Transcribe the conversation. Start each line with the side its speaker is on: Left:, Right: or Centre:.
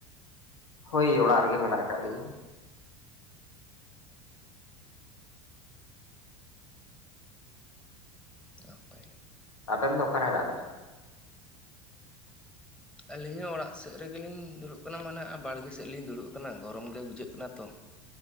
Left: ᱦᱳᱭ ᱚᱲᱟᱜ ᱨᱮᱜᱮ ᱢᱮᱱᱟᱜ ᱟᱠᱟᱫ ᱞᱤᱧᱟᱹ᱾
Centre: ᱱᱟᱯᱟᱭ ᱜᱮ
Left: ᱟᱵᱮᱱ ᱫᱚ ᱚᱠᱟᱨᱮ ᱦᱮᱱᱟᱜ ᱵᱮᱱᱟ?
Centre: ᱟᱹᱞᱤᱧ ᱦᱚᱸ ᱚᱲᱟᱜ ᱥᱮᱫ ᱨᱮᱜᱮᱞᱤᱧ ᱫᱩᱲᱩᱵ ᱠᱟᱱᱟ ᱢᱟᱱᱮ ᱵᱟᱲᱜᱮ ᱥᱮᱫ ᱞᱤᱧ ᱫᱩᱲᱩᱵ ᱠᱟᱱᱟ ᱜᱚᱨᱚᱢ ᱜᱮ ᱵᱩᱡᱷᱟᱹᱜ ᱠᱟᱱᱟ ᱛᱚ᱾